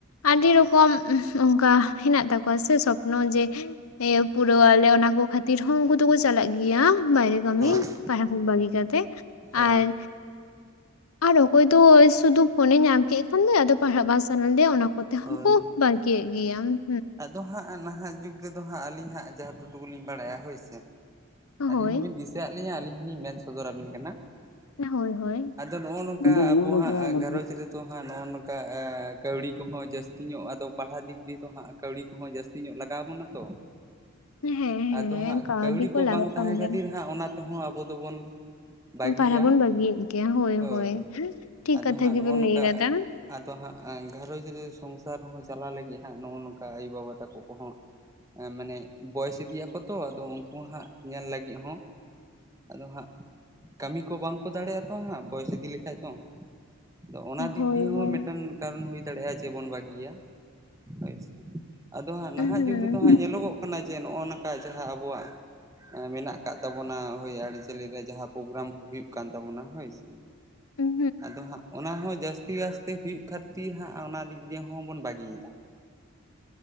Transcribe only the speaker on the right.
ᱦᱳᱭ
ᱦᱳᱭ
ᱦᱳᱭ
ᱟᱫᱚ ᱦᱟᱸᱜ ᱱᱟᱦᱟᱜ ᱡᱩᱜᱽ ᱨᱮᱫᱚ ᱦᱟᱸᱜ ᱟᱹᱞᱤᱧ ᱦᱟᱸᱜ ᱡᱟᱦᱟᱸ ᱴᱩᱠᱩ ᱞᱤᱧ ᱵᱟᱲᱟᱭᱟ ᱦᱳᱭ ᱥᱮ᱾ ᱟᱹᱞᱤᱧ
ᱦᱚᱵᱤᱱ ᱫᱤᱥᱟᱹᱫ ᱞᱤᱧᱟᱹ ᱟᱹᱞᱤᱧ ᱦᱚᱞᱤᱧ ᱢᱮᱱ ᱥᱚᱫᱚᱨ ᱟᱵᱤᱱ ᱠᱟᱱᱟ?
ᱟᱫᱚ ᱱᱚᱜᱼᱚ ᱱᱚᱝᱠᱟ
ᱟᱵᱚ
ᱦᱟᱸᱜ
ᱜᱷᱟᱨᱚᱸᱧᱡᱽ ᱨᱮᱫᱚ, ᱛᱚ ᱦᱟᱸᱜ ᱱᱚᱜᱼᱚ ᱱᱚᱝᱠᱟ ᱠᱟᱹᱣᱰᱤ ᱠᱚᱦᱚᱸ ᱡᱟᱹᱥᱛᱤ ᱧᱚᱜ ᱟᱫᱚ ᱯᱟᱲᱦᱟᱣ ᱫᱤᱠ ᱫᱤᱭᱮᱚ ᱦᱟᱸᱜ ᱠᱟᱹᱣᱰᱤ ᱠᱚᱦᱚᱸ ᱡᱟᱹᱥᱛᱤ ᱛᱤ ᱧᱚᱜ ᱞᱟᱜᱟᱣ ᱵᱚᱱᱟ ᱛᱚ᱾
ᱟᱫᱚ
ᱦᱟᱸᱜ
ᱠᱚ
ᱵᱟᱝ ᱛᱟᱦᱮᱸ
ᱠᱷᱟᱹᱛᱤᱨ ᱦᱟᱸᱜ ᱚᱱᱟ ᱛᱮᱦᱚᱸ ᱟᱵᱚ ᱫᱚᱵᱚᱱ ᱵᱟᱹᱜᱤᱭᱟ
ᱦᱳᱭ
ᱟᱫᱚ
ᱦᱟᱸᱜ
ᱱᱚᱜᱼᱚ ᱱᱚᱝᱠᱟ
ᱟᱫᱚ ᱦᱟᱸᱜ ᱜᱷᱟᱨᱚᱸᱡᱽ ᱨᱮ ᱥᱚᱝᱥᱟᱨ ᱦᱚᱸ ᱪᱟᱞᱟᱜ ᱞᱟᱹᱜᱤᱫ ᱦᱟᱸᱜ ᱱᱚᱜᱼᱚ ᱱᱚᱝᱠᱟ ᱟᱭᱼᱵᱟᱵᱟ ᱛᱟᱠᱚ ᱠᱚᱦᱚᱸ, ᱢᱟᱱᱮ ᱵᱚᱭᱮᱥ ᱤᱫᱤᱜ ᱟᱠᱚ ᱛᱚ ᱟᱫᱚ ᱩᱱᱠᱩ ᱦᱟᱸᱜ ᱧᱮᱞ ᱞᱟᱹᱜᱤᱫ ᱦᱚᱸ, ᱟᱫᱚ ᱦᱟᱸᱜ, ᱠᱟᱹᱢᱤ ᱠᱚ ᱵᱟᱝ ᱠᱚ ᱫᱟᱲᱮᱭᱟᱜᱼᱟ ᱛᱚ ᱦᱟᱸᱜ ᱵᱚᱭᱮᱥ ᱤᱫᱤ ᱞᱮᱠᱷᱟᱡ ᱠᱚ, ᱟᱫᱚ ᱚᱱᱟ ᱫᱤᱠ
ᱫᱤᱭᱮ
ᱦᱚᱸ ᱢᱤᱫᱴᱟᱱ ᱠᱟᱨᱚᱱ ᱦᱩᱭ ᱫᱟᱲᱮᱭᱟᱜᱼᱟ ᱡᱮᱵᱚᱱ ᱵᱟᱹᱜᱤᱭᱟ, ᱦᱳᱭ ᱟᱫᱚ ᱦᱟᱸᱜ
ᱱᱟᱦᱟᱜ ᱡᱩᱜᱽ ᱨᱮᱫᱚ ᱦᱟᱸᱜ ᱧᱮᱞᱚᱜᱚᱜ ᱠᱟᱱᱟ ᱡᱮ ᱱᱚᱜᱼᱚᱭ ᱱᱚᱝᱠᱟ ᱡᱟᱦᱟᱸ ᱟᱵᱚᱣᱟᱜ ᱢᱮᱱᱟᱜ ᱠᱟᱜ ᱛᱟᱵᱚᱱᱟ ᱦᱳᱭ ᱟᱹᱨᱤᱪᱟᱞᱞᱤ ᱨᱮ ᱡᱟᱦᱟᱸ ᱯᱨᱳᱜᱨᱟᱢ ᱦᱩᱭᱩᱜ ᱠᱟᱱ ᱛᱟᱵᱚᱱᱟ ᱦᱳᱭᱥᱮ᱾
ᱟᱫᱚ ᱦᱟᱜ ᱚᱱᱟ ᱦᱚᱸ ᱡᱟᱹᱥᱛᱤ ᱟᱥᱛᱮ ᱦᱩᱭᱩᱜ ᱠᱷᱟᱹᱛᱤᱨ ᱦᱟᱸᱜ ᱚᱱᱟ ᱫᱤᱠ ᱫᱤᱭᱮ ᱦᱚᱸ ᱵᱚᱱ ᱵᱟᱹᱜᱤᱭᱮᱫᱟ᱾